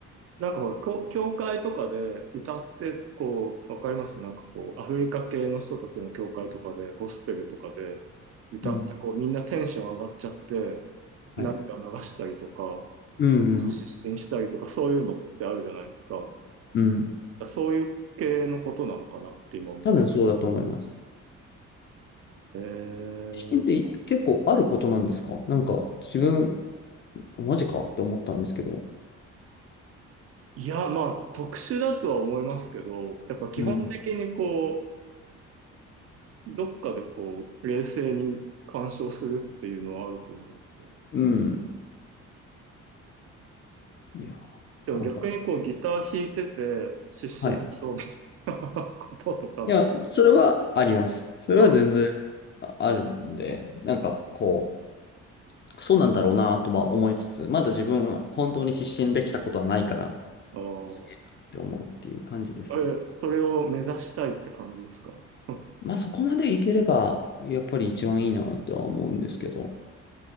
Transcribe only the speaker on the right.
なんかほら、教教会とかで歌って、こう、わかりますなんかこう、アフリカ系の人たちの教会とかで、ゴスペルとかで歌って、
こう、みんなテンション上がっちゃって、
涙流したりとか、
失神したりとか、そういうのってあるじゃないですか。
そういう系のことなのかなって今思って。
えー
いや、まあ、特殊だとは思いますけど、やっぱ基本的にこ
う、どっかでこう、冷静に鑑賞するっていうのはあると思うんで。
でも逆にこう、
ギター弾いてて、失神しそうみたいな
<laughs> こととか、
あ、あ
ー、
え、それを目指したいって感じですか <laughs>